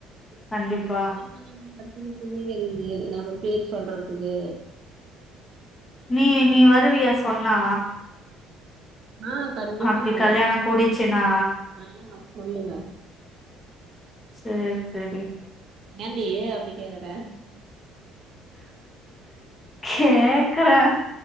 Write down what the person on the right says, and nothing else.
<unintelligible> நம்ம பேர் சொல்றதுக்கு
நா கண்டிப்பா
வருவ
ஆ சொல்லுங்க
வருவே ஏன்டி அப்டி கேக்குற